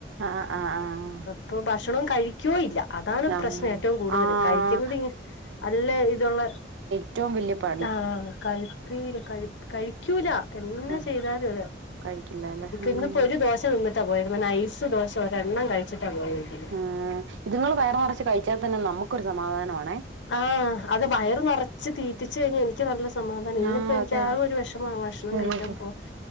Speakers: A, on the right; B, on the left.
A: ആഹ് ആഹ് ആഹ്.
B: പ്പോ ഭക്ഷണം കഴിക്കോ ഇല്ലാ അതാണ്
A: ആഹ് ആഹ്
B: പ്രശ്നം ഏറ്റവും കൂടുതല്
A: ആഹ്
B: കഴിക്കുന്നത് ഈ നല്ല ഇതൊള്ളെ
A: ഏറ്റോം വെല്യ പ
B: ആഹ് കഴിപ്പീര് കഴിപ് കഴിക്കൂലാ എന്നാ
A: ആഹ്
B: ചെ ചെയ്താലും അതെ
A: കഴിക്കില്ല അല്ലെ ഉം
B: ഇന്നിപ്പോ ഒര് ദോശ് ദോശ തിന്നിട്ടാ പോയെക്കുന്നെ നൈസ് ദോശ ഒരെണ്ണം കഴിച്ചിട്ടാ പോയെക്കുന്നെ
A: ആഹ് ഇതുങ്ങള് വയർ നെറച്ച് കഴിച്ചാ തന്നെ നമ്മക്കൊരു സമാധാനവാണേ.
B: ആഹ് അത് വയറ് നെറച്ച് തീറ്റിച്ച് കഴിഞ്ഞാ എനിക്ക് നല്ല സമാധാനാ ഇന്നിപ്പോ
A: ആഹ്
B: എനിക്ക്
A: അതെ
B: ആകെ ഒരു വെഷമവാ ഭക്ഷണം
A: അതെ
B: കഴിക്കാ <unintelligible>